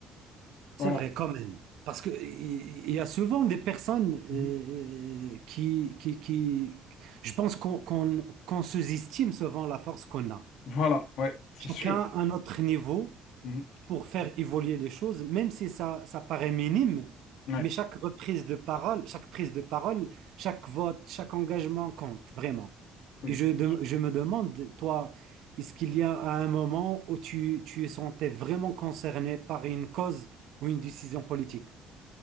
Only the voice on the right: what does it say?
C'est
vrai quand même. Parce que il il y a souvent des personnes euh,
euh, qui, qui, qui... Je pense qu'on qu'on, qu'on sous-estime souvent la force qu'on a.
Chacun
à notre niveau
pour faire évoluer les choses, même si ça, ça paraît minime,
mais chaque reprise de parole, chaque prise de parole, chaque vote, chaque engagement compte, vraiment.
Et je, de-
je me demande, toi, est-ce qu'il y a un moment où tu, tu es sentais vraiment concerné par une cause ou une décision politique?